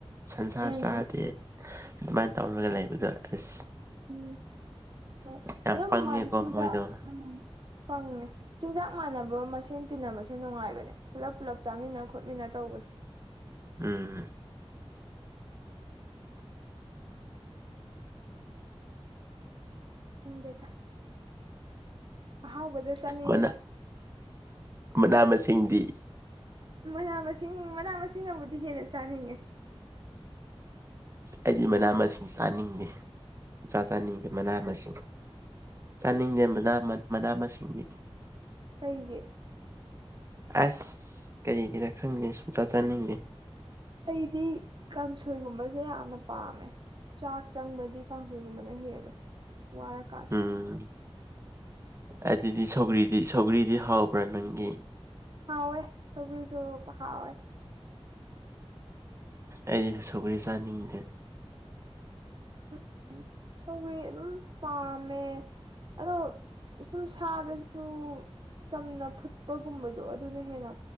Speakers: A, on the right (about 30°); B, on the right (about 50°).
A: ꯁꯟꯁꯥ
B: ꯎꯝ
A: ꯆꯥꯗꯦ ꯑꯗꯨꯃꯥꯏꯅ ꯇꯧꯔꯒ ꯂꯩꯕꯗꯣ ꯑꯁ
B: ꯎꯝ ꯍꯣꯏ
A: ꯌꯥꯝ
B: ꯑꯗꯨꯝ
A: ꯄꯪꯉꯦꯀꯣ
B: ꯃꯗ
A: ꯃꯣꯏꯗꯣ
B: ꯎ ꯐꯪꯉꯦ ꯆꯤꯟꯖꯥꯛ ꯃꯥꯟꯅꯕ ꯃꯁꯦꯟ ꯇꯤꯟꯅꯕꯁꯦ ꯅꯨꯡꯉꯥꯏꯕꯅꯦ ꯄꯨꯜꯂꯞ ꯄꯨꯜꯂꯞ ꯆꯥꯃꯤꯟꯅ ꯈꯣꯠꯃꯤꯟꯅ ꯇꯧꯕꯁꯦ
A: ꯑꯝ
B: ꯈꯪꯗꯦꯗ ꯑꯍꯥꯎꯕꯗ ꯆꯅꯤꯗ
A: ꯃꯅꯥ ꯃꯅꯥ ꯃꯁꯤꯡꯗꯤ
B: ꯃꯅꯥ ꯃꯁꯤꯡ ꯃꯅꯥ ꯃꯁꯤꯡꯅꯕꯨꯗꯤ ꯍꯦꯟꯅ ꯆꯥꯅꯤꯡꯉꯦ
A: ꯑꯩꯗꯤ ꯃꯅꯥ ꯃꯁꯤꯡ ꯆꯥꯅꯤꯡꯗꯦ ꯏꯥ ꯆꯥꯅꯤꯡꯗꯦ ꯃꯅꯥ ꯃꯁꯤꯡ ꯆꯥꯅꯤꯡꯂꯦꯝꯕꯅ ꯃꯅꯥ ꯃꯁꯤꯡꯗꯤ
B: ꯀꯩꯒꯤ꯫
A: ꯑꯁ ꯀꯔꯤꯒꯤꯔꯥ ꯈꯪꯗꯦ ꯁꯨꯡꯇꯥ ꯇꯥꯅꯤꯡꯗꯦ꯫
B: ꯑꯩꯗꯤ ꯀꯥꯡꯁꯣꯏꯒꯨꯝꯕꯁꯦ ꯌꯥꯝꯅ꯫ ꯄꯥꯝꯃꯦ ꯆꯥꯛ ꯆꯪꯕꯗꯤ ꯀꯥꯡꯁꯣꯏꯒꯨꯝꯕꯅ ꯍꯦꯜꯂꯦ꯫ ꯋꯥꯔꯀꯥꯟꯗ
A: ꯎꯝ ꯑꯗꯨꯗꯤ ꯁꯧꯒꯔꯤꯗꯤ ꯁꯧꯒꯔꯤꯗꯤ ꯍꯎꯕꯔ ꯅꯪꯗꯤ꯫
B: ꯍꯎꯋꯦ ꯁꯧꯒꯔꯤꯁꯨ ꯍꯎꯋꯦ꯫
A: ꯑꯩꯗꯤ ꯁꯧꯒꯔꯤ ꯆꯥꯅꯤꯡꯗꯦ꯫
B: ꯎꯝ ꯁꯧꯔꯤ ꯑꯗꯨꯝ ꯄꯥꯝꯃꯦ꯫ ꯑꯗꯣ ꯁꯨꯝ ꯁꯥꯗꯁꯨ꯫ ꯆꯝꯅ ꯐꯨꯠꯄꯒꯨꯝꯕꯗꯣ ꯑꯗꯨꯅ ꯍꯦꯟꯅ